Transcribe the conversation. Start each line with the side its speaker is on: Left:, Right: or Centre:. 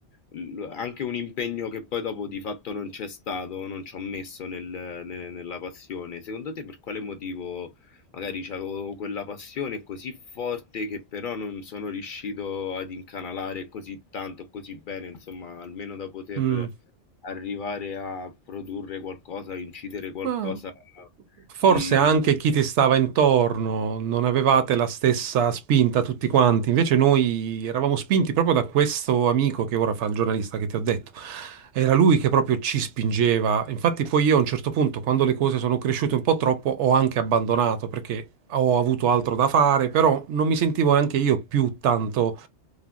Left: l- anche un impegno che poi dopo di fatto non c'è stato, non ci ho messo nel- nel- nella passione. Secondo te per quale motivo magari avevo quella passione così forte che però non sono riuscito ad incanalare così tanto, così bene, insomma, almeno da poter
Right: Mm.
Left: arrivare a produrre qualcosa, a incidere qualcosa
Right: Ma forse
Left: di
Right: anche chi ti stava intorno, non avevate la stessa spinta tutti quanti. Invece noi eravamo spinti proprio da questo amico che ora fa il giornalista che ti ho detto. Era lui che proprio ci spingeva. Infatti poi io a un certo punto, quando le cose sono cresciute un po' troppo, ho anche abbandonato perché ho avuto altro da fare, però non mi sentivo neanche io più tanto